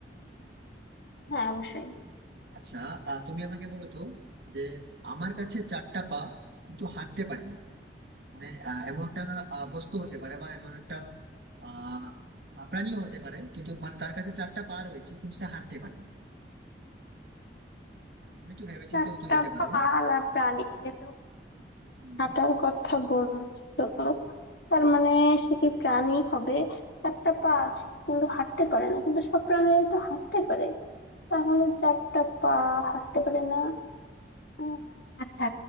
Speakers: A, on the left; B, on the right.
A: হ্যাঁ অবশ্যই
B: আচ্ছা আহ, তুমি আমাকে বলো তো যে আমার কাছে চারটা পা কিন্তু হাঁটতে পারি না মানে আহ, এমন একটা আহ, বস্তু হতে পারে বা এমন একটা আহ আহ, প্রাণীও হতে পারে কিন্তু মানে তার কাছে চারটা পা রয়েছে কিন্তু সে হাঁটতে পারে না তুমি একটু ভেবেচিন্তে
A: চারটা
B: উত্তর দিতে পারো
A: পালা প্রাণী যেহেতু
B: হম
A: হাঁটার কথা বলছো তার মানে সে কি প্রাণী হবে চারটা পা আছে কিন্তু হাঁটতে পারে না কিন্তু সব প্রাণীরা তো হাঁটতে পারে তাহলে চারটা পা হাঁটতে পারে না উম, আচ্ছা